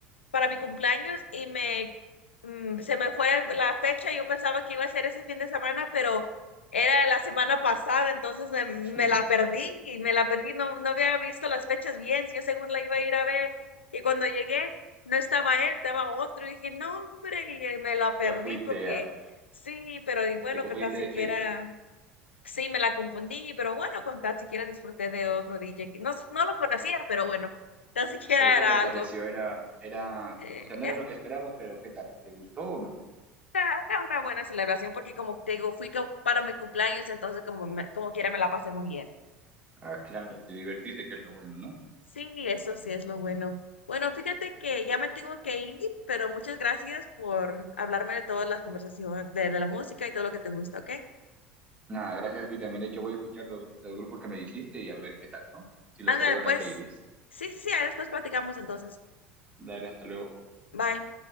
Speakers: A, on the left; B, on the right.
A: para mi cumpleaños y me mm, se me fue la fecha. Yo pensaba que iba a ser ese fin de semana, pero era la semana pasada, entonces me, me
B: <laughs>
A: la perdí y me la perdí. No, no había visto las fechas bien. Yo según la iba a ir a ver y cuando llegué no estaba él, estaba otro. Y dije, no, hombre, y me la perdí
B: Ya fuiste,
A: porque
B: a,
A: sí, pero y bueno,
B: te confundiste
A: que tan siquiera.
B: de fechas.
A: Sí, me la confundí, pero bueno, con tan siquiera disfruté de otro DJ. que No, no lo conocía, pero bueno, tan siquiera
B: Pero ¿qué
A: era
B: te pareció?
A: algo.
B: Era, era,
A: Eh,
B: o sea, no
A: era
B: era lo que esperabas, pero ¿qué tal? ¿Te gustó o no?
A: Era era una buena celebración porque como te digo, fui co- para mi cumpleaños, entonces como, me- como quiera me la pasé muy bien.
B: Ah, claro, te divertiste, que es lo bueno, ¿no?
A: Sí, eso sí es lo bueno. Bueno, fíjate que ya me tengo que ir, pero muchas gracias por hablarme de todas las conversaciones, de, de la música y todo lo que te gusta, ¿ok?
B: Nada, gracias a ti también. De hecho, voy a escuchar los, los grupos que me dijiste y a ver qué tal, ¿no? Si los
A: Ándale,
B: agrego
A: pues.
B: a la playlist.
A: Sí, sí, sí, ahí después platicamos entonces.
B: Dale, hasta luego.
A: Bye.